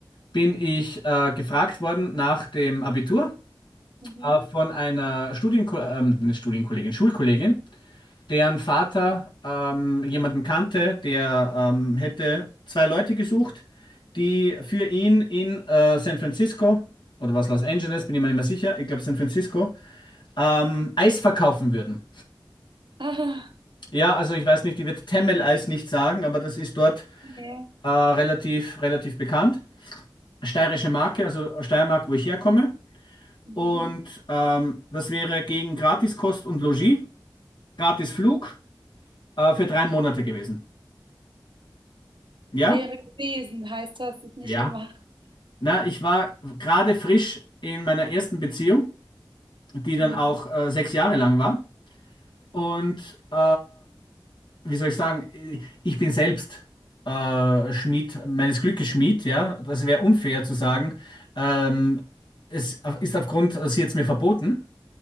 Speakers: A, on the left (about 65°); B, on the right (about 70°).
A: bin ich äh, gefragt worden nach dem Abitur.
B: Mhm.
A: äh, von einer Studienko ähm, nicht Studienkollegin, Schulkollegin, deren Vater ähm, jemanden kannte, der ähm, hätte zwei Leute gesucht, die für ihn in äh, San Francisco oder was Los Angeles, bin ich mir nicht mehr sicher, ich glaube San Francisco, ähm, Eis verkaufen würden.
B: <laughs> Ah,
A: Ja, also ich weiß nicht, die wird Temmel-Eis nicht sagen, aber das ist dort
B: ja.
A: äh, relativ, relativ bekannt. Steirische Marke, also Steiermark, wo ich herkomme.
B: Mhm.
A: Und ähm, das wäre gegen Gratiskost und Logis. gratis Flug äh, für drei Monate gewesen. Ja?
B: Wäre gewesen, heißt, du hast es nicht
A: Ja,
B: gemacht.
A: Na, ich war gerade frisch in meiner ersten Beziehung, die dann
B: Hm.
A: auch äh, sechs Jahre lang war. Und äh, wie soll ich sagen, ich bin selbst äh, Schmied, meines Glückes Schmied, ja. Das wäre unfair zu sagen. Ähm, es ist aufgrund, sie hat es mir verboten.